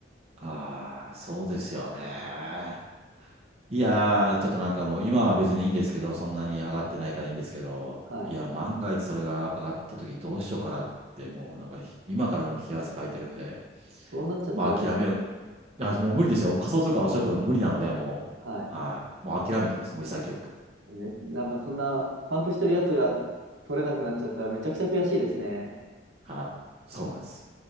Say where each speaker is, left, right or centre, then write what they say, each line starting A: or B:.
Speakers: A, on the right; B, on the right.
A: ああ、そうですよね。いやー、ちょっとなんかもう今は別にいいんですけど、そんなに上がってないからいいんですけど、
B: はい。
A: いや、万が一それが上がった時どうしようかなって、もうなんか今からでも冷や汗かいてるんで、
B: そうなっちゃったらめ、
A: まあ諦めよう。あ、もう無理ですよ。仮想通貨おっしゃる通り無理なので、もう、
B: はい。
A: はい。もう諦めてます。もう潔く。
B: め、なんかそんな、パンプしてるやつが取れなくなっちゃったらめちゃくちゃ悔しいですね。
A: はい。そうなんです。